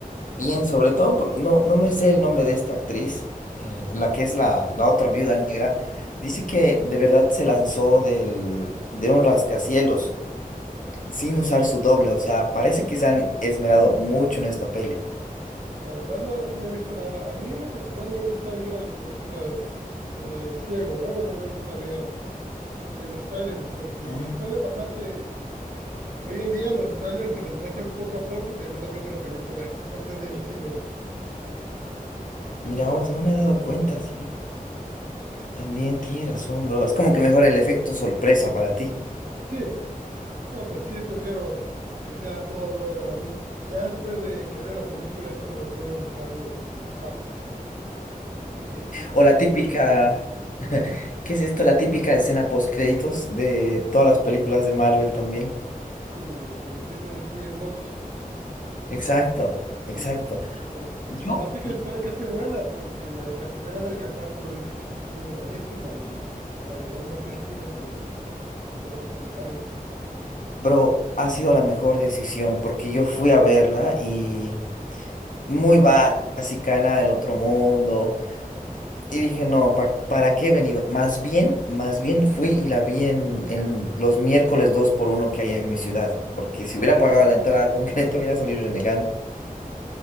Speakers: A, on the left; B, on the right.
A: Bien, sobre todo porque no, no me sé el nombre de esta actriz, eh, la que es la, la otra viuda negra. Dice que de verdad se lanzó del, de un rascacielos sin usar su doble. O sea, parece que se han esmerado mucho en esta peli.
B: La verdad no, no he visto nada. A mí en lo personal me gusta ir a las películas eh, ciego, ¿no? No me gusta ver que los trailers, porque
A: Ah,
B: suele pasar que Hoy en día los trailers se los muestran poco a poco y terminas viendo la película <laughs> antes de ir al cine por
A: mira
B: todas
A: vos,
B: las
A: no
B: escenas
A: me he dado
B: que te
A: cuenta,
B: muestran.
A: sí. También tienes razón, bro. Es como que mejora el efecto sorpresa para ti.
B: Sí, no, pues sí, prefiero que sea todo nuevo para mí. Ya después de que veo la película es cuando me pongo a buscar los, los facts de que si
A: O
B: hicieron
A: la típica,
B: eso,
A: ¿qué es esto? La típica escena post créditos de todas las películas de Marvel también.
B: sí, que siempre incluyen dos.
A: Exacto, exacto.
B: Sí, no,
A: Yo,
B: nomás hay que esperar que esté buena porque la de Capitán América 4 dice que sí estuvo malísima y la verdad no fui al cine por, por ese comentario.
A: Bro, ha sido la mejor decisión porque yo fui a verla y muy ba- básica, nada del otro mundo. Y dije, no, pa- ¿para qué he venido? Más bien, más bien fui y la vi en, en los miércoles 2 por uno que hay en mi ciudad. Porque si hubiera pagado la entrada <laughs> completa, hubiera salido renegando.